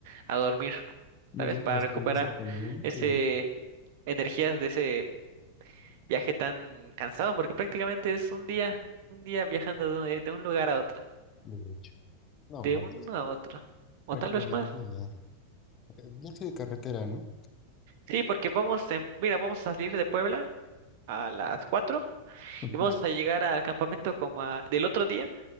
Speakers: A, on the right (about 50°); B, on the left (about 30°).
A: a dormir,
B: nos
A: ¿sabes?
B: vamos
A: Para
B: a hacer
A: recuperar
B: más en camión
A: ese
B: que
A: energías de ese viaje tan cansado, porque prácticamente es un día, un día viajando de de un lugar a otro,
B: de hecho. No
A: de
B: manches,
A: uno a otro. O
B: prácticamente
A: tal vez más.
B: eh, eh, viaje de carretera, ¿no?
A: Sí, porque vamos, en- mira, vamos a salir de Puebla a las 4
B: <laughs>
A: y vamos a llegar al campamento como a- del otro día